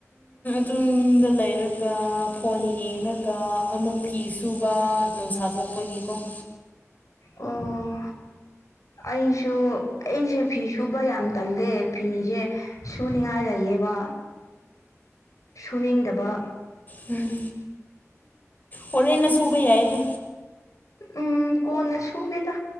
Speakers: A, on the left; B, on the left.
A: ꯇꯨꯡ ꯂꯩꯔꯒ ꯐꯣꯟ ꯌꯦꯡꯂꯡꯉꯒ ꯑꯃꯨꯛ ꯐꯤ ꯁꯨꯕ ꯅꯨꯡꯁꯥ ꯊꯣꯛꯄꯒꯤꯀꯣ <inaudible>
B: ꯑꯣ ꯑꯩꯁꯨ ꯑꯩꯁꯦ ꯐꯤ ꯁꯨꯕ ꯌꯥꯝ ꯇꯜꯂꯦ ꯐꯤꯁꯦ ꯁꯨꯅꯤꯡꯉꯥꯏ ꯂꯩꯌꯦꯕ ꯁꯨꯅꯤꯡꯗꯕ
A: ꯝ ꯑꯣꯔ ꯏꯩꯅ ꯁꯨꯕ ꯍꯥꯏꯗ
B: ꯎꯝ ꯀꯣꯟꯅ ꯁꯨꯒꯦꯗ